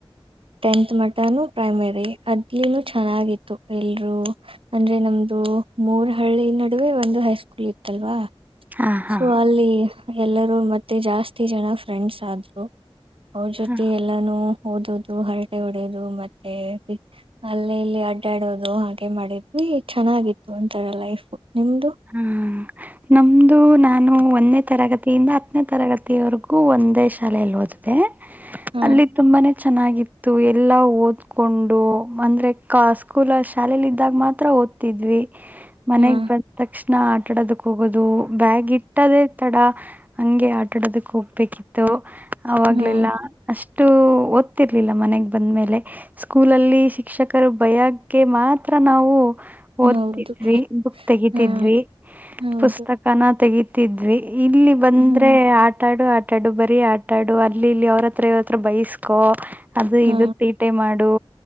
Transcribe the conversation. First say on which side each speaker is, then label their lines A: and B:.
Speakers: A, on the right; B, on the right.
A: tenth mutton primary ಅದಲ ಚೆನ್ನಾಗಿತ್ತು ಎಲ್ರೂ ಅಂದ್ರೆ ನಮ್ದು ಮೂರ ಹಳ್ಳಿ ನಡುವೆ ಒಂದು ಹೈಸ್ಕೂಲ್ ಇತ್ತಲ್ವಾ
B: ಹಾ ಹಾ
A: ಸೊ ಅಲ್ಲಿ ಎಲ್ಲರೂ ಮತ್ತೆ ಜಾಸ್ತಿ ಜನ ಫ್ರೆಂಡ್ಸ್ ಆದ್ರು ಅವ್ರ ಜೊತೆ
B: ಹಾ
A: ಎಲ್ಲಾನು ಓದುದು ಹರಟ ಹೊಡೆಯದು ಮತ್ತೆ ಅಲ್ಲೇ ಇಲ್ಲಿ ಅಡ್ಡಾಡೋದು ಹಾಗೆ ಮಾಡಿದ್ವಿ ಚೆನ್ನಾಗಿತ್ತು ಒಂತರ ಲೈಫ್ ನಿಮ್ದು
B: ಹ್ಮ್ ನಮ್ದು ನಾನು ಒಂದೇ ತರಗತಿಯಿಂದ ಹತ್ತನೇ ತರಗತಿವರೆಗೂ ಒಂದೇ ಶಾಲೆಯಲ್ಲಿ ಹೋದ
A: ಹಾ
B: ಅಲ್ಲಿ ತುಂಬಾನೇ ಚೆನ್ನಾಗಿತ್ತು ಎಲ್ಲಾ ಓದ್ಕೊಂಡು ಅಂದ್ರೆ ಸ್ಕೂಲ್ ಶಾಲೇಲಿ ಇದ್ದಾಗ ಮಾತ್ರ ಓದ್ತಿದ್ವಿ ಮನೆಗ್
A: ಹಾ
B: ಬಂದ ತಕ್ಷಣ ಆಟಾಡೋದಕ್ ಹೋಗೋದು ಬ್ಯಾಗ್ ಇಟ್ಟದೇ ತಡ ಹಂಗೆ ಆಟ ಆಡೋದಕ್ ಹೋಗ್ಬೇಕಿತ್ತ ಅವಾಗ್ಲೆಲ್ಲ
A: ಹಾ
B: ಅಷ್ಟು ಒ ಗತಿರ್ಲಿಲ್ಲ ಮನೆಗ್ ಬಂದ ಮೇಲೆ ಸ್ಕೂಲಲ್ಲಿ ಶಿಕ್ಷಕರು ಬಯಕ್ಕೆ ಮಾತ್ರ ನಾವು ಓದ್ತಿದ್ವಿ
A: ಹೌದು
B: ಬುಕ್ ತೆಗತಿದ್ವಿ
A: ಹಾ ಹೌದು
B: ಪುಸ್ತಕನ ತೆಗತಿದ್ವಿ ಇಲ್ಲಿ ಬಂದ್ರೆ
A: ಹಾ
B: ಆಟ ಆಡು ಆ ಆಟಾಡು ಬರೀ ಆಟಾಡು ಅಲ್ಲಿ ಇಲ್ಲಿ ಅವ್ರ ಹತ್ರ ಇವ್ರತ್ರ ಬೈಸ್ಕೊ ಅದು
A: ಹಾ
B: ಇ ತೀಟೆ ಮಾಡು